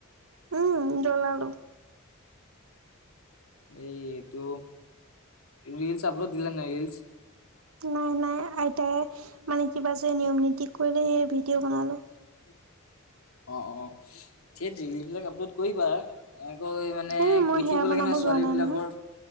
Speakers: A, on the right; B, on the left.
A: উম জলালো।
B: এইটো, ৰলচ আপলোড দিল নাই, ৰলছ।
A: নাই, নাই আইতাই মানে কিবা যে নিয়ম নীতি কৰিলে সেই ভিডিঅ' বনালো।
B: <unintelligible> অ', অ', সেই ৰীলবিলাক আপলোড কৰিবা। ঐ মানে,
A: এ মই
B: কৰি থাকিব
A: সেয়া বনাব
B: লাগে, নহয়, ছোৱালীবিলাকৰ।
A: যোৱা নাই নহয়